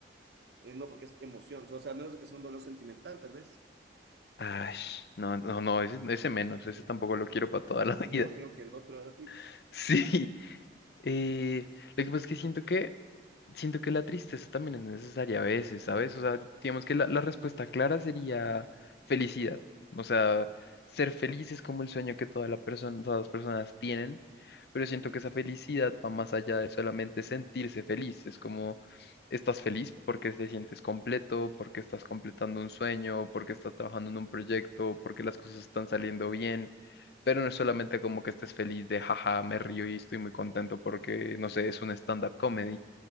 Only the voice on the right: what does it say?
Eh, no, porque es emoción, o sea, a menos de que sea un dolor sentimental, tal vez.
Este
es más feo que el otro.
<laughs>
Mm,